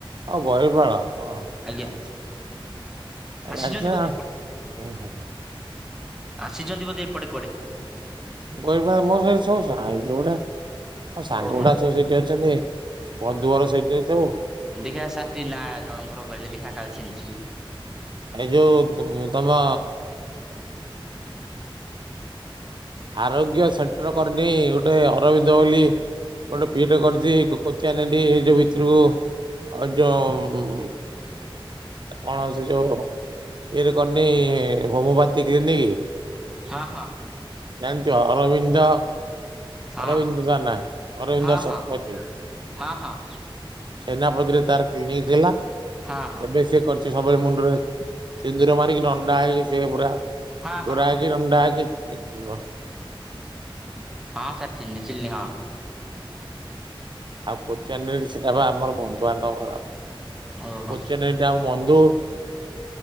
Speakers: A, on the right; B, in the centre.
A: ଆଉ ବରିପାଳ ହଁ,
B: ଆଜ୍ଞା
A: ଆଛା। ଏ
B: ଆସିଛନ୍ତି
A: ଆର୍ଯ୍ୟ
B: ବୋଧେ
A: ଉଁ,
B: ଏପଟେ
A: ହୁଁ, ହୁଁ।
B: ଆସିଛନ୍ତି ବୋଧେ ଏପଟେ କୁଆଡେ।
A: ଗହିପାଳ ମୋ ସାହି ଶୁଣିଛ ନା ଯୋଉ ଗୁଡା ମୋ ସାଙ୍ଗ
B: ଓହୋ
A: ଗୁଡା ସବୁ ସେଇଠି ଅଛନ୍ତି, ବନ୍ଧୁ ଘର ସେଇଠି ଅଛି ସବୁ।
B: ଦିଖାଆ ସାର୍ ଟିକେ ନାଁ ଜଣଙ୍କର କହିଲେ ଦେଖଆ କାଳେ ଚିହ୍ନୀ ଥିବି।
A: ଏ ଯୋଉ ତୁ ତମ ଆରୋଗ୍ୟ ସେଣ୍ଟର କରିନି ଗୋଟେ ଅରବିନ୍ଦ ବୋଲି ଗୋଟେ ପିଏ ଟେ କରିଛି କୋଚିଆ ନେଣ୍ଡି ଏ ଯୋଉ ଭିତରକୁ ଆଉ ଯୋଉ କଣ ହବ ସେଇ ଯୋଉ ଇଏ ଯୋଉ କରିନି ହୋମଓପାଥି କ୍ଲିନିକ୍
B: ହଁ, ହଁ।
A: ଜାଣିଛ ଅରବିନ୍ଦ
B: ହଁ
A: ଅରବିନ୍ଦ ତା ନା ଅରବିନ୍ଦ
B: ହଁ ହଁ
A: ଶତପଥି।
B: ହଁ ହଁ ହଁ ହଁ
A: ସେନାପତିରେ ତାର ଫିଲ୍ଡିଂ ଥିଲା।
B: ହଁ
A: ଏବେ ସିଏ କରିଛି ସବୁବେଳେ ମୁଣ୍ଡରେ ସିନ୍ଦୁର ମାରିକି ନଣ୍ଡା ହେଇକି ସିଏ ପୁରା
B: ହଁ ହଁ
A: ଗୋରା
B: ହଁ
A: ହେଇ କି ନଣ୍ଡଆ ହେଇକି <unintelligible>
B: ହଁ, ସାର୍ ଚିହ୍ନିଁଲି, ଚିହ୍ନିଁଲି ହଁ।
A: ଆଉ କୋଚିଆନେଳି ସେଟା ବା ଆମର ବନ୍ଧୁ ବାନ୍ଧବ ଘର।
B: ଓହୋ
A: କୋଚାଆନେଳି ଟା ଆମ ବନ୍ଧୁ